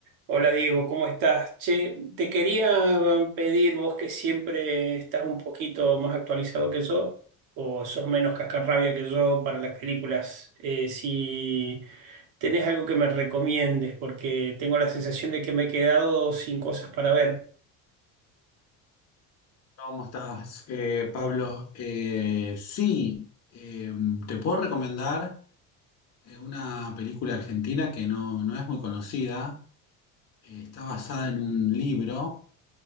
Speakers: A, on the right; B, on the left.
A: Hola Diego, ¿cómo estás? Che, te quería mm, pedir, vos que siempre estás un poquito más actualizado que yo, o sos menos cascarrabia que yo para las películas, eh, si tenés algo que me recomiendes, porque tengo la sensación de que me he quedado sin cosas para ver.
B: ¿Cómo estás, eh, Pablo? Eh, sí, eh, te puedo recomendar eh, una película argentina que no, no es muy conocida. Eh, está basada en un libro.